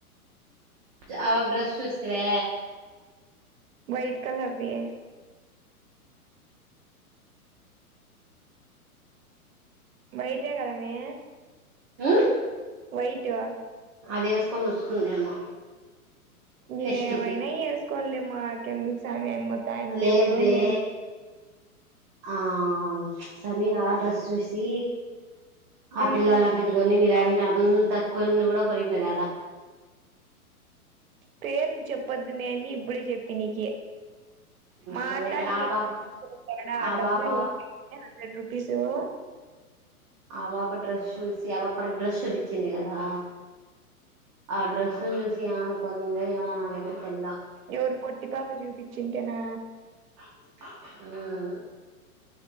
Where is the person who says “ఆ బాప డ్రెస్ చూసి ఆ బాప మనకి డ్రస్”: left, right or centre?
Right